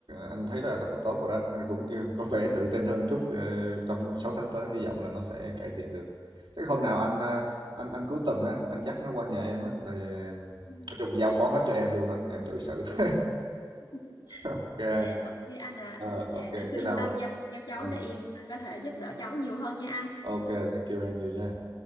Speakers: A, on the right (about 85°); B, on the left (about 65°).
A: anh thấy là rất là tốt rồi đó. Anh cũng kêu- có vẻ tự tin hơn chút ờ, trong 6 tháng tới hy vọng là nó sẽ cải thiện được. Chắc hôm nào anh à, anh anh cuối tuần á, anh dắt nó qua nhà em á là
B: <laughs>
A: nói chung giao phó hết cho em luôn đó, em tự xử. <laughs>
B: Ừ.
A: Ok.
B: dạ ok anh à
A: Ờ,
B: dạ
A: ok,
B: anh cứ
A: cái
B: yên
A: nào.
B: tâm giao giao cháu
A: ờ,
B: để em có thể giúp đỡ cháu nhiều hơn nha anh
A: Ok, thank you em nhiều nha.